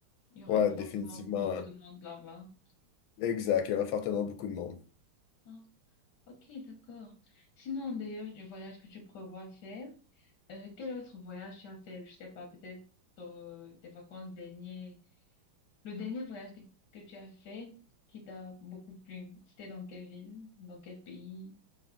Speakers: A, on the left (about 60°); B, on the left (about 75°).
A: il y aura
B: ouais,
A: forcément
B: définitivement.
A: beaucoup de monde là-bas.
B: Exact, il y aura fortement beaucoup de monde.
A: Ah, ok, d'accord. Sinon, d'ailleurs, du voyage que tu prévois faire, euh, quel autre voyage tu as fait? Je sais pas, peut-être euh, tes vacances dernières. Le dernier voyage que, que tu as fait qui t'a beaucoup plu, c'était dans quelle ville, dans quel pays?